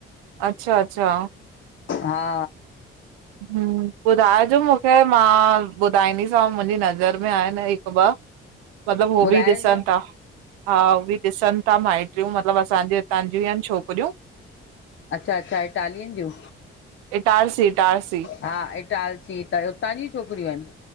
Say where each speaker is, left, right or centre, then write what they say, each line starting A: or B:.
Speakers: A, on the right; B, on the left.
A: अच्छा अच्छा
B: हा
A: हम्म ॿुधाइजो मूंखे मां ॿुधाईंदीसां मुंहिंजी नज़र में आहिनि हिक ॿ मतलब हो
B: ॿुधाइजो
A: बि ॾिसंता ता हा, हो बि ॾिस ता माट छियूं मतलब असांजे हितांजीयु आहिनि छोकिरियूं।
B: अच्छा अच्छा ईटालियनि जूं?
A: इटार्सी इटार्सि।
B: हा इटार्सी त उतां जी छोकिरियूं आहिनि?